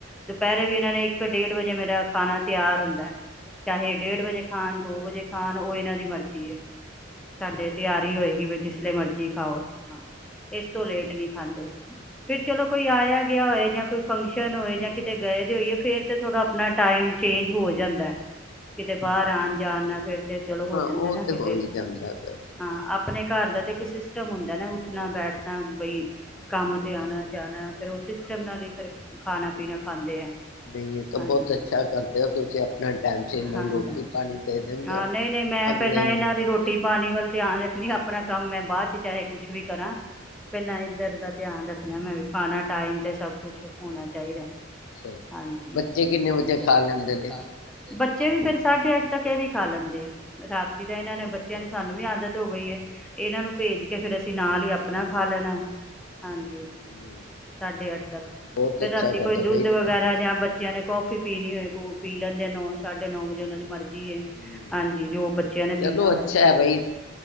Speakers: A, in the centre; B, on the left (about 75°).
A: ਦੁਪਹਿਰੇ ਵੀ ਇਹਨਾਂ ਨੇ ਇੱਕ ਡੇਢ ਵਜੇ ਮੇਰਾ ਖਾਣਾ ਤਿਆਰ ਹੁੰਦਾ ਏ। ਚਾਹੇ ਡੇਢ ਵਜੇ ਖਾਣ, ਦੋ ਵਜੇ ਖਾਣ ਉਹ ਏਨਾ ਦੀ ਮਰਜ਼ੀ ਹੈ। ਸਾਡੇ ਤਿਆਰੀ ਹੋਏਗੀ ਵੀ ਜਿਸ ਜਿਸਲੇ ਮਰਜ਼ੀ ਖਾਓ ਹ ਇਸ ਤੋ ਲੇਟ ਨਹੀਂ ਖਾਂਦੇ। ਫਰ ਚਲੋ ਕੋਈ ਆਇਆ ਗਿਆ ਹੋਇ ਜਾਂ ਕੋਈ ਫੰਕਸ਼ਨ ਹੋਏ ਜਾਂ ਕਿਤੇ ਗਈ ਦੇ ਹੋਈਏ, ਫੇਰ ਤੇ ਥੋੜਾ ਆਪਣਾ ਟਾਈਮ ਚੇਂਜ ਹੋ ਜਾਂਦਾ, ਕਿਤੇ ਬਾਹਰ ਆਣ ਜਾਣ ਨਾਲ ਫਿਰ ਤੇ ਚਲੋ ਹੋ
B: ਹਾਂ
A: ਜਾਂਦਾ
B: ਉਹ
A: ਨਾ
B: ਤੇ
A: ਕਿਤੇ,
B: ਹੋ ਹੀ ਜਾਂਦਾ ਫਿਰ
A: ਹਾਂ ਅਪ ਆਪਣੇ ਘਰ ਦਾ ਤੇ ਇੱਕ ਸਿਸਟਮ ਹੁੰਦਾ ਨਾ ਉੱਠਣਾ ਬੈਠਣਾ ਬਈ ਕੰਮ ਤੇ ਆਉਣਾ ਜਾਣਾ ਫੇਿਰ ਉਹ ਸਿਸਟਮ ਸ਼ਮ ਨਾਲ ਹੀ ਫਰ ਖਾਣਾ ਪੀਣਾ ਖਾਂਦੇ ਆ ਹਾਂਜੀ
B: ਨਹੀਂ ਇਹ ਤਾਂ ਬਹੁਤ ਅੱਛਾ ਕਰਦੇ ਹੋ ਤੁਸੀਂ ਆਪਣਾ ਟਾਈਮ ਸ ਇਹਨਾਂ
A: ਹਾਂ
B: ਨੂੰ ਰੋਟੀ ਪਾਣੀ ਦੇ ਦਿੰਦੇ
A: ਹਾਂ
B: ਹੋ
A: ਨਹੀਂ ਨਹੀਂ ਮੈਂ
B: ਅਗਲੇ
A: ਪਹਿਲਾਂ
B: ਨੂੰ
A: ਇਹਨਾਂ ਦੀ ਰੋਟੀ ਪਾਣੀ ਵੱਲ ਧਿਆਨ ਰੱਖਣੀ ਆਪਣਾ ਕੰਮ ਮੈਂ ਬਾਅਦ ਚ ਚਾਹੇ ਕੁਛ ਵੀ ਕਰਾਂ ਪਹਿਲਾਂ ਧਰ ਦਾ ਧਿਆਨ ਰੱਖਣਾ ਮੈਂ ਵੀ ਖਾਣਾ ਟਾਈਮ ਸਭ ਕੁਛ ਹੋਣਾ ਚਾਹੀਦਾ
B: ਅੱਛਾ
A: ਹਾਂਜੀੇ
B: ਬੱਚੇ
A: ਕਿੰਨੇ
B: ਵਜੇ ਖਾ ਲੈਂਦੇ
A: ਵਜੇ
B: ਨੇ
A: ਖਾਲ ਬੱਚੇ ਵੀ ਫੇਰ ਸਾਢੇ ਅੱਠ ਤੱਕ ਇਹ ਵੀ ਖਾ ਲੈਂਦੇ ਆ ਰਾਤ ਤਾਂ ਇਹਨਾਂ ਨੇ
B: ਅੱਛਾ
A: ਬੱਚਿਆਂ ਨੇ ਸਾਨੂੰ ਵੀ ਆਦਤ ਹੋ ਗਈ ਹੈ ਇਹਨਾਂ ਨੂੰ ਭੇਜ ਕੇ ਫੇਿਰ ਅਸੀਂ ਨਾਲ ਹੀ ਆਪਣਾ ਖਾ ਲੈਣਾ ਹਾਂਜੀ
B: ਹਮ
A: ਸਾਢੇ ਅੱਠ ਤੱਕ
B: ਬਹੁਤ
A: ਫੇਿਰ
B: ਅੱਛਾ
A: ਰਾਤੀ
B: ਕਰਦਾ
A: ਕੋਈ ਦੁੱਧ
B: ਬਾਈ ਤੁਸੀਂ
A: ਵਗੈਰਾ ਜਾਂ ਬੱਚਿਆਂ ਨੇ ਕੌਫੀ ਪੀਣੀ ਹੋਏ ਕੋ ਪੀ ਲੈਂਦੇ ਨੌ ਸਾਢੇ ਨੌ ਵਜੇ ਉਹਨਾਂ ਦੀ ਮਰਜ਼ੀ
B: ਹਮ
A: ਹਾਂਜੀ ਜੋ ਬੱਚਿਆਂ ਨੇ
B: ਚਲੋ
A: ਪੀਣਾ
B: ਅੱਛਾ
A: ਹੋਏ ਤੇ
B: ਹੈ
A: ਫੇਰ,
B: ਬਈ